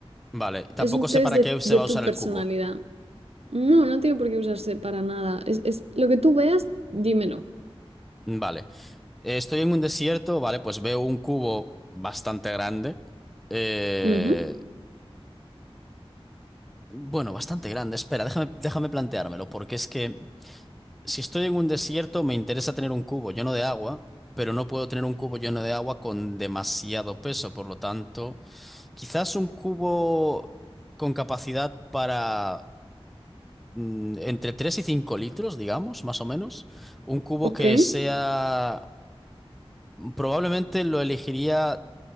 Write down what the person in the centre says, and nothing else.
Vale, tampoco
sé para
qué se
va
a usar
el cubo.
Mm, Vale, eh, estoy en un desierto, vale, pues veo un cubo bastante grande. Eh,
bueno, bastante grande. Espera, déjame, déjame planteármelo, porque es que Si estoy en un desierto, me interesa tener un cubo lleno de agua, pero no puedo tener un cubo lleno de agua con demasiado peso. Por lo tanto, quizás un cubo con capacidad para mm, entre 3 y 5 litros, digamos, más o menos. Un cubo
que sea... Probablemente lo elegiría